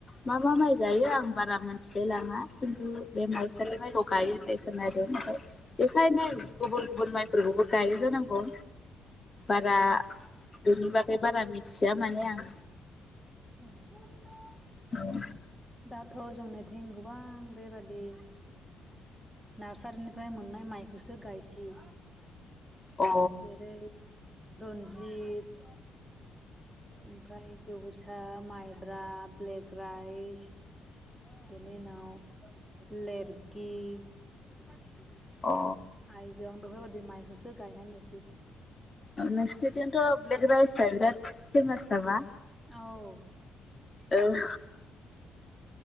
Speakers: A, on the left; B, in the centre.
A: मा मा माइ गायो आं बारा मिनथिलाय लाङा खिन्थु बे माइसालि माइखौ गायोनो होननाय दं ओमफ्राय बेखायनो गुबुन गुबुन माइफोरखौबो गायो जोनांगौ बारा बेनि बागै बारा मिथिया माने आं
B: औ <inaudible>
A: औ
B: दाथ' जोंनिथिं गोबां बेबादि नार्सारिनिफ्राय मोननाय माइखौसो गायसि
A: अ
B: जेरै रन्जित ओमफ्राय जौसा माइब्रा ब्लेक राइस बिनि उनाव लेरखि <inaudible>
A: अ
B: आयजं बेफोर बायदि माइखौसो गायनानै नुसै
A: नोंसिनिथिंथ' ब्लेक राइसआ बिराद फेमास नामा
B: औ
A: ओं